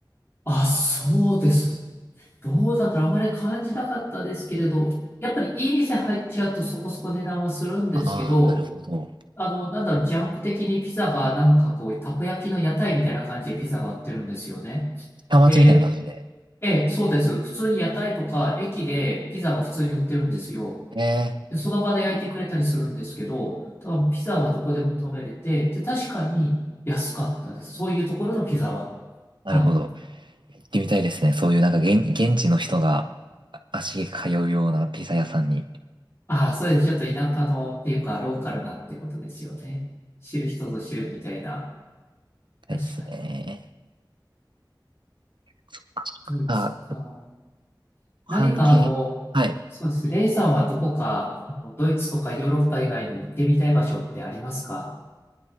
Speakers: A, on the left; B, on the right.
A: あ、あ、そうです。どうだったらあまり感じなかったですけれど、やっぱりいい店入っちゃうとそこそこ値段はするんですけど、
B: ああ、なるほど。
A: あの、なんだろう、ジャンク的にピザがなんかこう、たこ焼きの屋台みたいな感じでピザが売ってるんですよね。
B: 下町みたいな感じで。
A: で、ええ、そうです。普通に屋台とか駅でピザが普通に売ってるんですよ。
B: えー、
A: で、その場で焼いてくれたりするんですけど、多分ピザはどこでも食べれて、で、確かに安かったです。そういうところのピザは。
B: なるほど。
A: はい。
B: 行ってみたいですね。そういうなんか現、現地の人が足げく通うようなピザ屋さんに行き
A: ああ、そうですちょっと田舎のっていうか、ローカルなってことですよね。知る人ぞ知るみたいな。
B: たいですね。
A: 確かに。
B: そっかそっか。
A: ドイツか。
B: あ、半径、
A: 何かあの、
B: はい。
A: そうですね。レイさんはどこか、あのドイツとかヨーロッパ以外に行ってみたい場所ってありますか